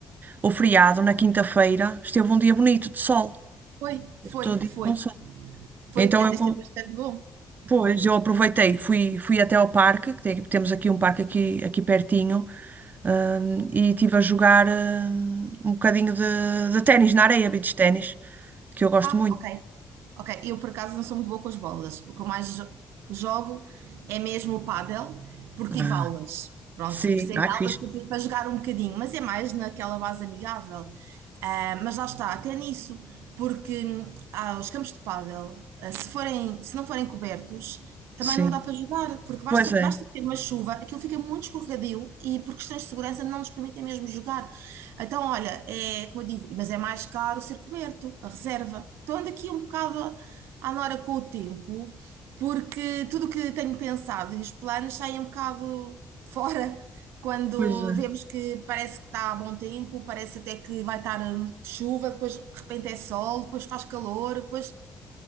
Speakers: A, on the right; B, on the right.
A: o feriado na quinta-feira. Esteve um dia bonito de sol,
B: Foi,
A: eu
B: foi,
A: estou de
B: foi.
A: com sol.
B: Foi,
A: Então
B: até
A: eu, con-
B: esteve bastante bom.
A: pois, eu aproveitei, fui, fui até ao parque, que tem- temos aqui um parque aqui, aqui pertinho, hum, e estive a jogar, hum, um bocadinho de, de ténis na areia, beach ténis, que eu gosto
B: Ah,
A: muito.
B: ok, ok. Eu, por acaso, não sou muito boa com as bolas. O que eu mais jo- jogo é mesmo o pádel, porque tive
A: Ah,
B: aulas. Pronto,
A: sim,
B: precisei
A: ah,
B: de
A: que
B: aulas
A: fixe.
B: para, para jogar um bocadinho, mas é mais naquela base amigável. Ah, mas lá está, até nisso, porque hum, ah, os campos de pádel, ah, se forem, se não forem cobertos, também
A: Sim,
B: não dá para jogar, porque basta,
A: pois é,
B: basta ter uma chuva, aquilo fica muito escorregadio e por questões de segurança não nos permitem mesmo jogar. Então, olha, é como eu digo, mas é mais caro ser coberto, a reserva. Então ando aqui um bocado à nora com o tempo, porque tudo o que tenho pensado e os planos saem um bocado fora quando
A: pois é.
B: vemos que parece que está a bom tempo, parece até que vai estar hum, chuva, depois de repente é sol, depois faz calor, depois,